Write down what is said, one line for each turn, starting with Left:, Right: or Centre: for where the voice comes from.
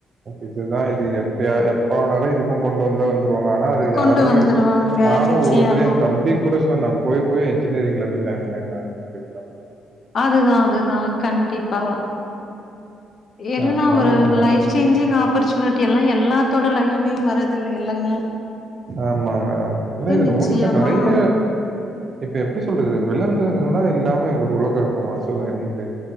Right: இதுதா இது எப்ப எப்பனாலு இதுக்கு கொண்டு வந்தா வந்து ங்க ஆனா அது
Left: கொண்டு
Right: யாருமே
Left: வந்துருவாங்க
Right: எடுக் நானு
Left: நிச்சயமா
Right: ஒவ்வொருத்தரவயு ஏ தம்பிக் கூட சொன்னே போய் போய் என்ஜினியரிங்ல போய் ஜாயின் பண்ணுறா அப்டின்னு
Left: அதுதா அதுதா கண்டிப்பா என்னன்னா
Right: அதாங்க
Left: ஒரு
Right: என்ன
Left: லைஃப்
Right: பண்றது?
Left: சேஞ்சிங் ஆப்பர்ச்சுனிட்டி எல்லா எல்லாத்தோட லைஃப் அப்டியு வரதில்லைலங்க
Right: ஆமாங்க ஏன்னா இவரு
Left: நிச்சயமா
Right: முடிச்சா நிறைய இப்ப எப்டி சொல்றது விலங்குங்கன்னா இல்லாம ஒரு உலகோ இருக்குமா சொல்லுங்க நீங்களே